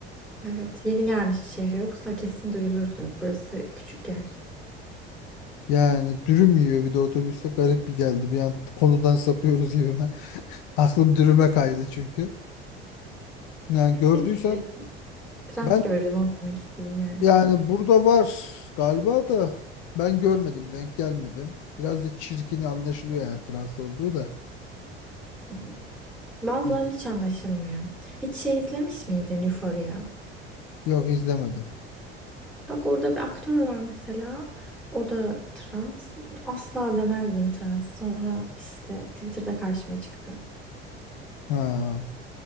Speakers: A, in the centre; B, on the left.
A: Evet, yeni gelmiş şehre yoksa kesin duyulurdu. Burası küçük yer.
B: Yani dürüm yiyor bir de otobüste garip bir geldi. Bir an konudan sapıyoruz gibi. <laughs> Aklım dürüme kaydı çünkü. Yani gördüysen
A: İlk kez Trans
B: ben
A: gördüm onu demek istedim yani.
B: yani burada var galiba da ben görmedim denk gelmedim. Biraz da çirkin anlaşılıyor yani trans olduğu da.
A: Hmm. Bazılarının
B: Eh,
A: hiç anlaşılmıyor. Hiç şey izlemiş miydin Euphoria?
B: Yok izlemedim.
A: Bak orada bir aktör var mesela. O da trans. Asla demezdim trans. Sonra işte Twitter'da karşıma çıktı.
B: Ha.